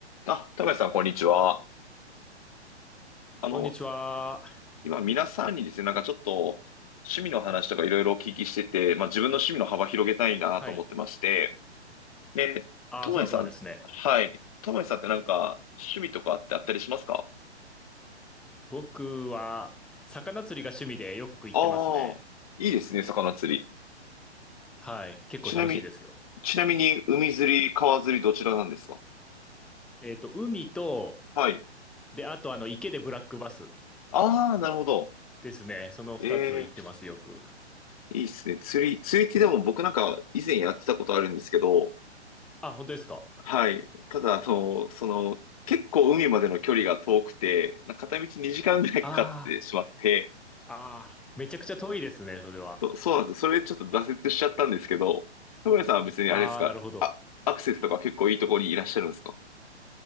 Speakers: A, on the left (about 35°); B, in the centre.
A: あ、高橋さん、こんにちは。あの、
B: こんにちは。
A: 今、皆さんにですね、なんかちょっと、趣味の話とかいろいろお聞きしてて、まあ、自分の趣味の幅広げたいなと思ってまして、
B: はい。
A: で、
B: ああ、
A: ともやさん、
B: そうなんですね。
A: はい。ともやさんってなんか、趣味とかってあったりしますか
B: 僕は、魚釣りが趣味でよく行ってますね。
A: ああー、いいですね、魚釣り。
B: はい。結構楽しいですよ。
A: ちなみ、ちなみに、海釣り、川釣り、どちらなんですか
B: えっと、海と、
A: はい。
B: で、あと、あの、池でブラックバス
A: ああ、なるほど。
B: ですね。その二つ行ってます、
A: ええ、
B: よく。
A: いいですね。釣り、釣りってでも僕なんか以前やってたことあるんですけど、
B: あ、本当ですか。
A: はい。ただ、あの、その、結構海までの距離が遠くて、な片道2時間ぐらいかかってしまって、
B: ああ、ああ、めちゃくちゃ遠いですね、それは。
A: とそうなんです。それちょっと挫折しちゃったんですけど、田村さんは別にあれですか、
B: ああ、なるほど。
A: あ、アクセスとか結構いいところにいらっしゃるんですか